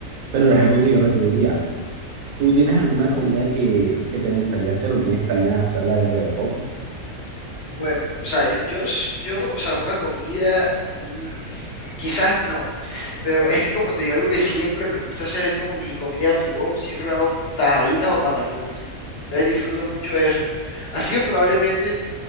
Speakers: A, on the right; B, on the left.
A: pero es algo que yo repetiría. ¿Tú tienes alguna comida que, que te gustaría hacer o tienes planeada hacerla dentro de poco?
B: Bueno, o sea, yo, yo, s- yo, o sea, una comida, mm, quizás no, pero es que como te digo, algo que siempre me gusta hacer es como mi comida to go, siempre me hago tajaditas o patacones. Entonces disfruto mucho eso. Así que probablemente